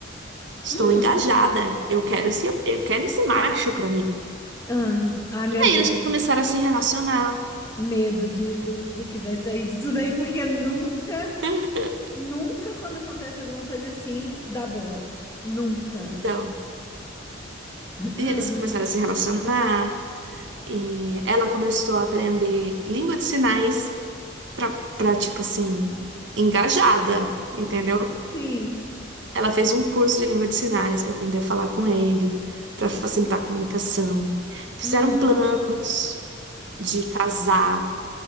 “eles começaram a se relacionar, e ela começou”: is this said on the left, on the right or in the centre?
Right